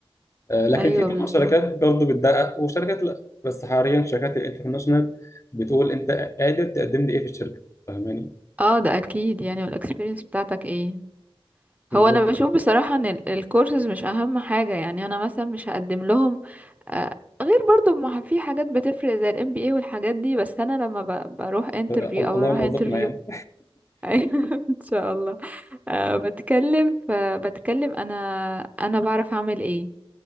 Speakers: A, on the left (about 30°); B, on the right (about 15°).
A: آه، لكن
B: ايوه
A: في طبعا
B: بالظبط
A: شركات برضو بتدقق وشركات لا بس حاليا شركات الانترناشونال بتقول انت قادر تقدم لي ايه في الشركه فاهماني
B: اه ده اكيد يعني والاكسبيرينس بتاعتك ايه
A: بالظبط
B: هو انا بشوف
A: كده
B: بصراحة ان ال- الكورسز مش اهم حاجة يعني انا مثلا مش هقدم لهم آه، غير برضو ما في حاجات بتفرق زي الام بي اي والحاجات دي بس انا لما ب- بروح انترفيو
A: آه،
B: او
A: اللهم
B: هروح
A: وفقنا
B: انترفيو
A: يعني
B: <laughs> ان شاء الله أه بتكلم فبتكلم انا انا بعرف اعمل ايه